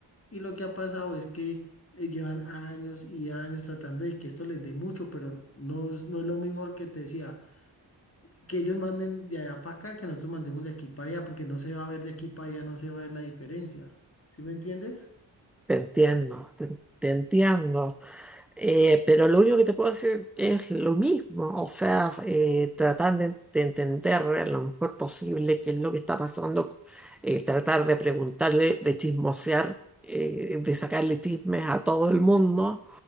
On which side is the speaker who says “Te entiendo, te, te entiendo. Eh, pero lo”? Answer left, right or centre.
Centre